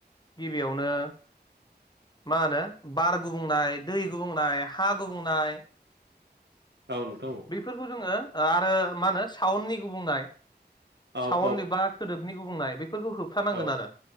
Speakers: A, on the left; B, on the right.
A: गिबियावनो मा होनो बार गुबुंनाय दै गुबुंनाय हा गुबुंनाय
B: औ नोंथां औ
A: बेफोरखौ जोङो आरो मा होनो साउन्नि गुबुंनाय
B: औ
A: साउन्ड
B: औ
A: एबा खोदोबनि गुबुंनाय बेफोरखौ होबथानांगोन
B: औ
A: आरो